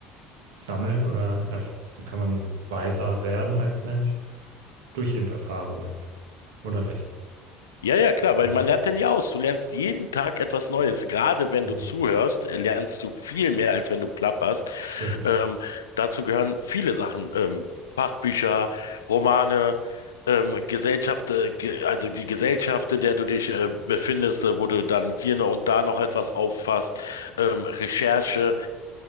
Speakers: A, on the right; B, on the left.
A: sammeln oder erf- wie kann man weiser werden als Mensch? Durch eben Erfahrungen, oder nicht?
B: Ja, ja, klar, weil
A: Also,
B: man lernt ja nie aus. Du lernst jeden Tag etwas Neues. Gerade wenn
A: mhm.
B: du zuhörst, äh, lernst du viel mehr, als wenn du plapperst.
A: Stimmt.
B: Ähm, dazu gehören viele Sachen, ähm, Fachbücher, Romane, ähm, Gesellschaft, äh, ge also die Gesellschaft, in der du dich äh, befindest, äh, wo du dann hier noch und da noch etwas auffasst, ähm, Recherche